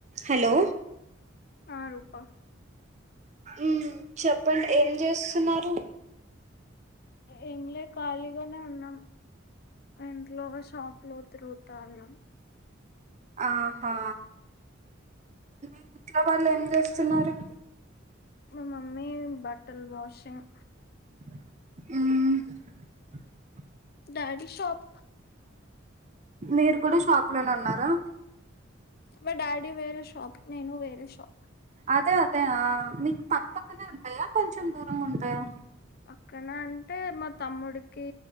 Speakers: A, on the right; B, on the left.
A: Hello
B: ఆ రూపా
A: మ్ చెప్పండి ఏం చేస్తున్నారు
B: ఏంలే ఖాళీగానే ఉన్నాం ఇంట్లో షాప్ లో తిరుగుతా ఉన్నాం
A: ఆ హా మీ ఇంట్లో వాళ్ళు ఏం చేస్తున్నారు
B: మా మమ్మీ బట్టల్ వాషింగ్
A: మ్
B: బాడి షాప్
A: మీరు కూడా షాప్ లోనే ఉన్నారా
B: మా డాడీ వేరే షాప్ నేను వేరేషాప్
A: అదే అదే ఆ మీకు పక్కపక్కనే ఉంటాయా కొంచెం దూరంగా ఉంటాయా
B: పక్కన అంటే మా తమ్ముడికి